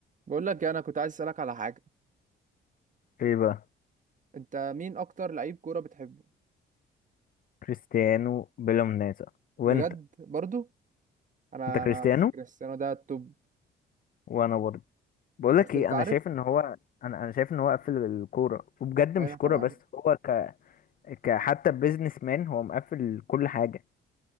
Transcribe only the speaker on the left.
ايه بقى
كريستيانو بلا منازع وانت
انت كريستيانو
وانا برضه بقول
لك ايه
انا
شايف ان هو انا انا شايف ان هو قفل الكوره وبجد
مش كوره
بس هو ك, ك... حتى بيزنس مان هو مقفل كل حاجه